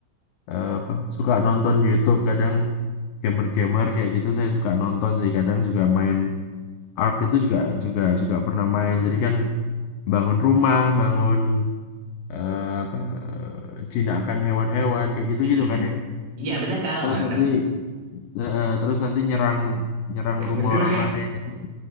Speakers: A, on the left (about 90°); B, on the right (about 55°).
A: eh, apa suka nonton YouTube kadang gamer-gamer kayak gitu saya suka nonton sih kadang juga main Ark itu juga juga juga pernah main. Jadi kan bangun rumah, bangun eh, apa eh, jinakan hewan-hewan kayak gitu-gitu
B: mm-mm.
A: kan ya.
B: Iya bener Kak, Wah,
A: Terus
B: mantap.
A: nanti eh, terus nanti nyerang nyerang
B: Best musuh.
A: rumah orang lain. <laughs>